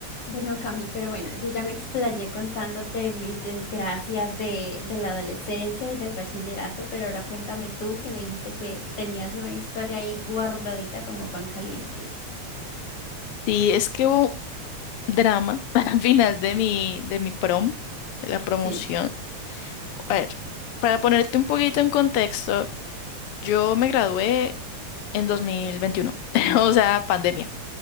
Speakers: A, on the left; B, on the left.
A: Bueno, Cami, pero bueno, yo ya me explayé contándote mis desgracias de, de la adolescencia y del bachillerato, pero ahora cuéntame tú que me dijiste que tenías una historia ahí guardadita como pan caliente.
B: Sí, es que hubo drama <laughs> al final de mi, de mi prom, de la promoción.
A: Sí.
B: A ver, para ponerte un poquito en contexto, yo me gradué en 2021 <laughs> o sea, pandemia,